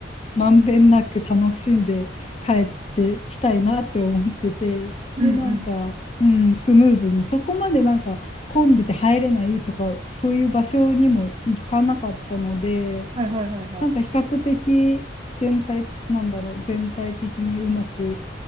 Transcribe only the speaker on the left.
まんべんなく楽しんで帰ってきたいなって思ってて、
で、なんか、うん、スムーズに、そこまでなんか混んでて入れないとか、そういう場所にも行かなかったので、
なんか比較的全体、なんだろう、全体的にうまく